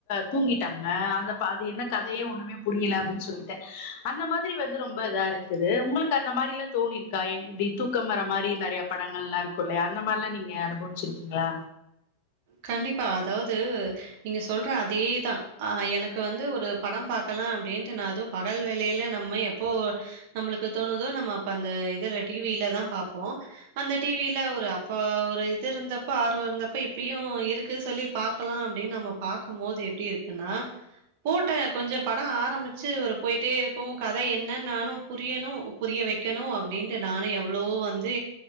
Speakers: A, on the left; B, on the right.
A: தூங்கிட்டாங்க அந்தப அது என்ன கதையே ஒண்ணுமே புரியல அப்டின்னு சொல்லிட்டு அந்த மாதிரி வந்து ரொம்ப இதா இருக்குது உங்களுக்கு அந்த மாரிலா தோணிற்க்கா இப்டி தூக்கம் வர மாரி நெறைய படங்கள்லா இருக்கு இல்லையா அந்த மார்லா நீங்க ய அனுபவ்ச்சிருக்கிங்ளா
B: கண்டிப்பா அதாவ்து நீங்க சொல்ற அதே தா அ எனக்கு வந்து படம் பாக்கலா அப்டீன்ட் நா து பகல் வேலைல நம்ம எப்போ நம்ளுக்கு தோணுதோ நம்ம அப்ப அந்த இதல டி வீ லதா பாப்போ அந்த டி வி ல ஒரு அப்போ ஒரு இது இருந்தப்பொ ஆர்வருந்தப்பொ இப்பெயு உ இருக்கு சொல்லி பாக்கலா அப்டின்னு நம்ப பாக்கம்போது எப்டி இருக்குன்னா போட்ட கொஞ்ஜொ படம் ஆரம்பிச்சு ஒரு போயிட்டே இருக்கு கதை என்னன் நானு புரியணு புரிய வைக்கணு அப்டின்ட்டு நானு எவ்ளவோ வந்து